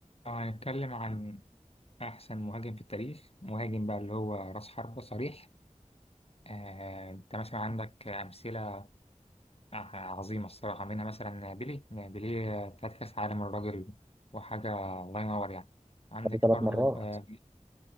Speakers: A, on the left; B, on the right.
A: لو هنتكلم عن أحسن مهاجم في التاريخ مهاجم بقى اللي هو رأس حربة صريح آه، أنت مثلا عندك أمثلة عظيمة الصراحة منها مثلا بيلي بيلي بتاعت كأس عالم الراجل وحاجة الله ينور يعني عندك
B: خدوا ثلاث
A: برضو
B: مرات
A: آه،